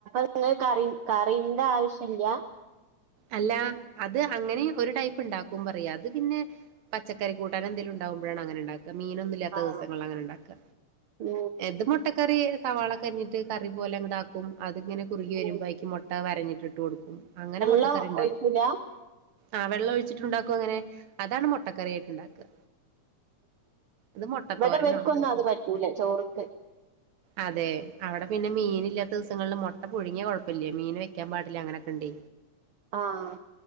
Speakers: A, on the right; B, on the right.
A: <unintelligible> കറി കാറിന്റെ ആവശ്യല്ല്യാ
B: അല്ല അത് അങ്ങനെ ഒരു ടൈപ്പ് ഉണ്ടാക്കും പറയാ അത് പിന്നെ പച്ചക്കറി കൂ കൂട്ടാൻന്തേലും ഉണ്ടാവുമ്പോയാണ് അങ്ങെ ഉണ്ടുക മീനൊന്നുംല്ലാത്ത
A: ആഹ്
B: ദിവസങ്ങളിൽ അങ്ങനെ ഉണ്ടാക്ക
A: ഉം
B: ഏത് മുട്ടക്കറി സവാളകരിഞ്ഞിട്ട് കറി പോലെ അങ്ങട്ടാക്കും അതിങ്ങന കുറുകി വരുമ്പോ
A: ഉം.
B: ആയിക്ക് മു വരഞ്ഞിട്ട്കൊടുക്കും അങ്ങനെ മുട്ടക്കറി
A: <unintelligible>
B: ഉണ്ടാക്കും ആഹ് വെള്ളം ഒഴിച്ചിട്ടുണ്ടാക്കും അങ്ങനെ അതാണ് മുട്ടക്കറി ആയിട്ട് ഉണ്ടാക്കുക ഇത് മുട്ടത്തോരനോ
A: ഇവിടെ വെക്കൊന്നും
B: അങ്ങനെ എന്തൊക്കെ
A: അത്
B: പറയും
A: പറ്റൂല ചോറക്ക്
B: അതെ അവിടെ പിന്നെ മീൻ ഇല്ലാത്ത ദിവസങ്ങളില് മുട്ട പുഴുങ്ങിയാ കുഴപ്പമില്ലേ മീൻ വെക്കാൻ പാടില്ല അങ്ങനെയൊക്കെ ഉണ്ടെ
A: ആഹ